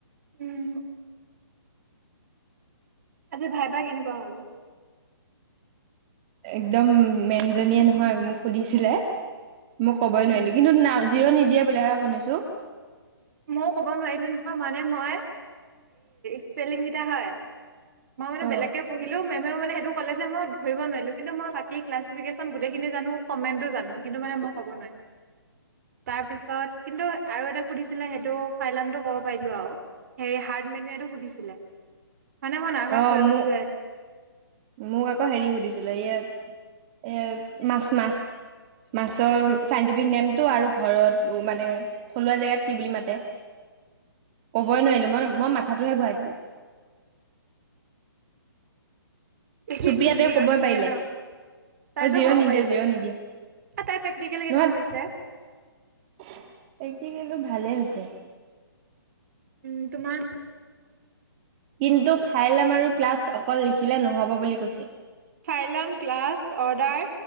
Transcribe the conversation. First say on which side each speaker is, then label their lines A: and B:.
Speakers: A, on the right (about 45°); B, on the right (about 25°).
A: উম। আজি ভাইভা কেনেকুৱা হ'ল?
B: একদম মেনজনীয়ে নহয় মোক সুধিছিলে মোক কবই
A: উম
B: নোৱাৰিলো, কিন্তু জিৰো নিদিয়ে বুলি হে শুনিছো
A: ময়ও ক'ব নোৱাৰিলো নহয় মানে মই, স্পেলিংকেইটা হয় মই মানে
B: অ
A: বেলেগকৈ পঢ়িলো মে মানে সেইটো কলে যে মই ধৰিব নোৱাৰিলো কিন্তু মই বাকি ক্লাছিফিকেশন গোটেইখিনি জানো, কমেণ্টো জানো কিন্তু মই ক'ব নোৱাৰিলো তাৰ পিছত কিন্তু আৰু এটা সুধিছিলে সেইটো ফাইলেমটো ক'ব পাৰিলো আৰু হে হাৰ্ড মেনুটো সুধিছিলে মানে মই নাৰ্ভাচ
B: অ',
A: হৈ গ'লো
B: মোক,
A: যে
B: মোক আকৌ হেৰি সুধিছিলে ই এ মাছ মাছ মাছৰ চাইণ্টিফিক নেমটো, আৰু ঘৰত উ মানে থলুৱা জেগাত কি বুলি মাতে?
A: <inaudible>
B: ক'বই নোৱাৰিলো। মই-মই মাথাটোহে ঘুৱাই দিলো।
A: <unintelligible> জিৰ'
B: চুপ্ৰিয়াতে কবই
A: নিদিয়ে
B: পাৰিলে
A: ন তাইতো
B: অ জিৰ'
A: ক'ব
B: নিদিয়ে
A: পাৰিবই,
B: জিৰ' নিদিয়ে
A: তাইৰ প্ৰেক্টিকেল কেনেকুৱা
B: নহয়
A: হৈছে?
B: প্ৰেক্টিকেলটো ভালেই হৈছে।
A: উম, তোমাৰ
B: কিন্তু ফাইলেম আৰু ক্লাছ অকল লিখিলে নহ'ব বুলি কৈছে
A: ফাইলাম, ক্লাছ, অৰ্ডাৰ